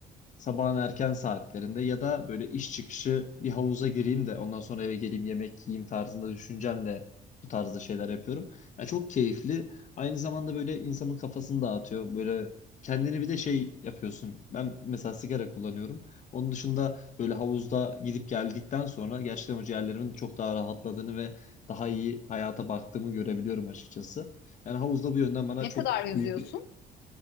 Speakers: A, on the left; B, on the left.
A: sabahın erken saatlerinde ya da böyle iş çıkışı bir havuza gireyim de ondan sonra eve geleyim yemek yiyeyim tarzında düşüncemle bu tarzda şeyler yapıyorum. Yani çok keyifli. Aynı zamanda böyle insanın kafasını dağıtıyor. Böyle kendini bir de şey yapıyorsun. Ben mesela sigara kullanıyorum. Onun dışında böyle havuzda gidip geldikten sonra gerçekten o ciğerlerimin çok daha rahatladığını ve daha iyi hayata baktığımı görebiliyorum açıkçası. Yani havuzda bu yönden bana
B: Ne
A: çok
B: kadar yüzüyorsun?
A: büyük bir